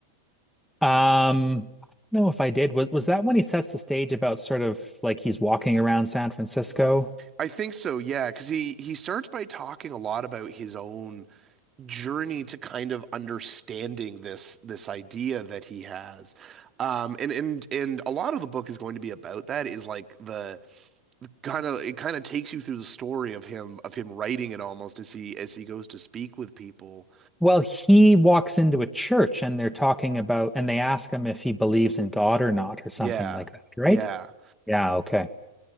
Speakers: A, in the centre; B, on the right.
A: Um, I don't know if I did. Was was that when he sets the stage about sort of like he's walking around San Francisco?
B: I think so, yeah, because he he starts by talking a lot about his own journey to kind of understanding this this idea that he has. Um, and and and a lot of the book is going to be about that is like the kind of it kind of takes you through the story of him of him writing it almost as he as he goes to speak with people.
A: Well, he walks into a church and they're talking about, and they ask him if he believes in God or not, or something
B: Yeah.
A: like that, right?
B: Yeah,
A: Yeah, okay.